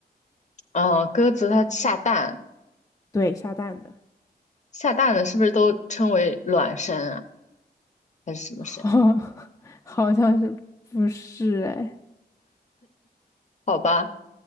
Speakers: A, on the left (about 45°); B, on the left (about 20°).
A: 嗯、鸽子它下蛋，
B: 对，下蛋的，
A: 下蛋的是不是都称为卵生啊？还是什么生？
B: <laughs> 好，好像是不是？哎，
A: 好吧，